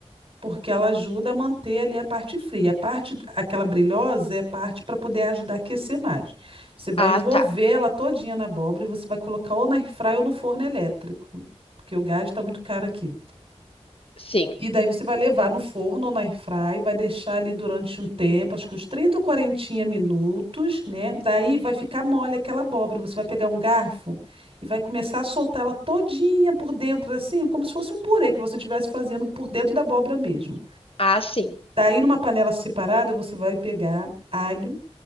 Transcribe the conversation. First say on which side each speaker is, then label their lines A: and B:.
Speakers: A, on the right; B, on the left.
A: Porque ela ajuda a manter ali a parte fria. A parte, aquela brilhosa é parte para poder ajudar a aquecer mais. Você vai
B: ah,
A: envolver
B: tá.
A: ela todinha na abóbora e você vai colocar ou na airfryer ou no forno elétrico, porque o gás está muito caro aqui.
B: Sim.
A: E daí você vai levar no forno ou na airfry, vai deixar ali durante um tempo, acho que uns 30 ou 40 minutos, né? Daí vai ficar mole aquela abóbora. Você vai pegar um garfo e vai começar a soltar ela todinha por dentro, assim, como se fosse um purê que você estivesse fazendo por dentro da abóbora mesmo.
B: Ah, sim.
A: Daí, numa panela separada, você vai pegar alho,